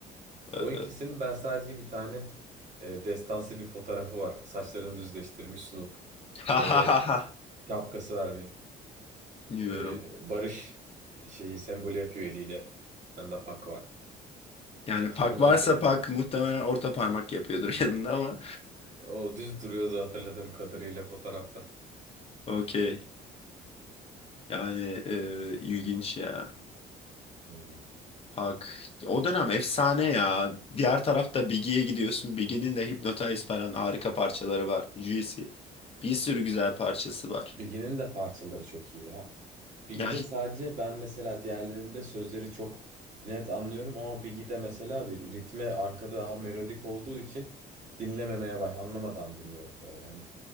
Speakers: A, on the left (about 35°); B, on the right (about 45°).
A: Ee,
B: O ikisinin ben sadece bir tane e, destansı bir fotoğrafı var. Saçlarını düzleştirmiş Snoop.
A: Ha
B: Böyle
A: ha ha
B: e,
A: ha
B: şapkası var bir.
A: diyorum.
B: e, barış şeyi sembol yapıyor eliyle. Bende pak var.
A: Yani
B: <laughs>
A: Pak
B: Onu
A: varsa
B: hatırlıyorum.
A: Pak muhtemelen orta parmak yapıyordur <laughs> yanında ama.
B: O düz duruyordu hatırladığım kadarıyla fotoğrafta.
A: <laughs> Okey. Yani e, ilginç ya.
B: Hmm.
A: Park. O dönem efsane ya. Diğer tarafta Biggie'ye gidiyorsun. Biggie'nin de Hypnotize falan harika parçaları var. Juicy. Bir sürü güzel parçası var.
B: Biggie'nin de parçaları çok iyi ya. Biggie'de
A: Ya hi-
B: sadece ben mesela diğerlerinde sözleri çok net anlıyorum ama Biggie'de mesela bir ritme arkada daha melodik olduğu için dinlememeye baş anlamadan dinliyorum böyle hani.